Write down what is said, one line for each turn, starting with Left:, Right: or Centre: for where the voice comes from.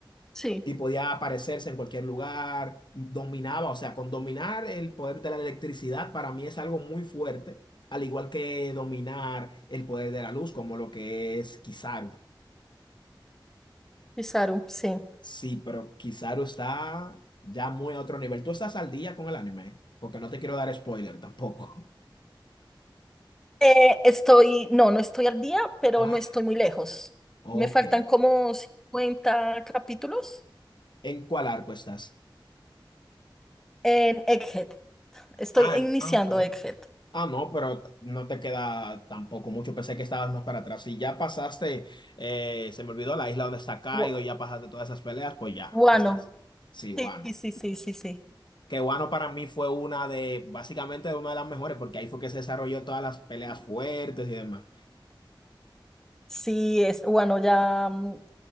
Centre: sí,
Left: y podía aparecerse en cualquier lugar, dominaba, o sea, con dominar el poder de la electricidad para mí es algo muy fuerte, al igual que dominar el poder de la luz, como lo que es Kizaru.
Centre: Isaru, sí.
Left: Sí, pero Kizaru está ya muy a otro nivel. Tú estás al día con el anime, ¿eh? porque no te quiero dar spoiler tampoco. <laughs>
Centre: Eh, estoy, no, no estoy al día, pero
Left: Ah,
Centre: no estoy muy lejos.
Left: ok.
Centre: Me faltan como cincuenta capítulos
Left: ¿En cuál arco estás?
Centre: en Egghead. Estoy
Left: Ah,
Centre: iniciando
Left: ah, ok.
Centre: Egghead.
Left: Ah, no, pero t- no te queda tampoco mucho. Pensé que estabas más para atrás. Si ya pasaste, eh, se me olvidó la isla donde está Kaido,
Centre: Wa-
Left: ya pasaste todas esas peleas, pues ya
Centre: Wano,
Left: estás. Sí, Wano.
Centre: Sí, sí, sí, sí, sí.
Left: Que Wano para mí fue una de, básicamente, una de las mejores, porque ahí fue que se desarrolló todas las peleas fuertes y demás.
Centre: Sí, es, bueno, ya, mm,